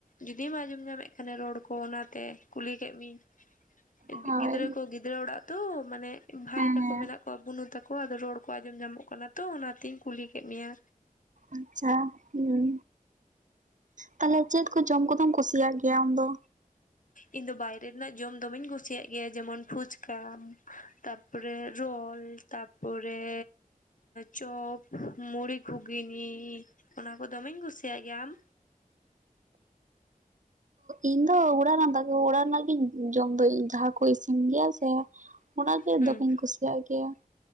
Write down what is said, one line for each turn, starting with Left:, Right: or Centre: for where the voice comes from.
Left: ᱡᱩᱫᱤᱢ ᱟᱸᱡᱚᱢ ᱧᱟᱢᱮᱫ ᱠᱷᱟᱱᱮ ᱨᱚᱲ ᱠᱚ ᱚᱱᱟᱛᱮ ᱠᱩᱞᱤ ᱠᱮᱫ ᱢᱮᱭᱤᱝ ᱾
Right: ᱦᱳᱭ
Left: ᱜᱤᱫᱽᱨᱟᱹ ᱠᱚ ᱜᱤᱫᱽᱨᱟᱹ ᱚᱲᱟᱜ ᱛᱚ ᱢᱟᱱᱮ ᱵᱷᱟᱭ
Right: ᱦᱮᱸ
Left: ᱛᱟᱠᱚ
Right: ᱦᱮᱸ
Left: ᱢᱮᱱᱟᱜ ᱠᱚᱜ ᱵᱩᱱᱩ ᱛᱟᱠᱚᱣᱟ ᱟᱫᱚ ᱨᱚᱲ ᱠᱚ ᱟᱸᱡᱚᱢ ᱧᱟᱢᱚᱜ ᱠᱟᱱᱟ᱾ ᱛᱚ ᱚᱱᱟᱛᱤᱧ ᱠᱩᱞᱤ ᱠᱮᱫ ᱢᱮᱭᱟ,
Right: ᱟᱪᱷᱟ, ᱦᱮᱸ ᱛᱟᱦᱞᱮ ᱪᱮᱫ ᱠᱚ ᱡᱚᱢ ᱠᱚᱫᱚᱢ ᱠᱩᱥᱤᱭᱟᱜ ᱜᱮᱭᱟ ᱟᱢ ᱫᱚ?
Left: ᱤᱧ ᱫᱚ ᱵᱟᱭᱨᱮ ᱨᱮᱱᱟᱜ ᱡᱚᱢ ᱫᱚᱢᱮᱧ ᱠᱩᱥᱤᱭᱟᱜ ᱜᱮᱭᱟ ᱡᱮᱢᱚᱱ ᱯᱷᱩᱪᱠᱟ ᱾ ᱛᱟᱯᱚᱨᱮ ᱨᱳᱞ ᱛᱟᱯᱚᱨᱮ ᱪᱚᱯ ᱢᱩᱲᱤ ᱜᱷᱩᱜᱱᱤ ᱚᱱᱟ ᱠᱚ ᱫᱚᱢᱮᱧ ᱠᱩᱥᱤᱭᱟᱜ ᱜᱮᱭᱟ, ᱟᱢ?
Right: ᱤᱧ ᱫᱚ ᱚᱲᱟᱜ ᱨᱮᱱᱟᱜ ᱫᱟᱠᱟ ᱚᱲᱟᱜ ᱨᱮᱱᱟᱜ ᱜᱤᱧ ᱡᱚᱢ ᱫᱚ ᱡᱟᱦᱟᱸ ᱠᱚ ᱤᱥᱤᱱ ᱜᱮᱭᱟ ᱥᱮ ᱾ ᱚᱱᱟᱜᱮ
Left: ᱦᱩᱸ
Right: ᱫᱚᱢᱮᱧ ᱠᱩᱥᱤᱭᱟᱜ ᱜᱮᱭᱟ ᱾